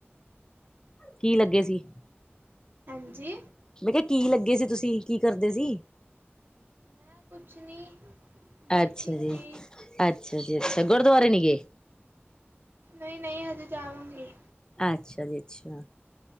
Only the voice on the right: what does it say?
ਹਾਂਜੀ।
ਮੈਂ ਕੁਛ ਨੀ ਬੈਠੀ
ਸੀ।
ਨਈ-ਨਈ ਹਜੇ ਜਾਵਾਂਗੀ।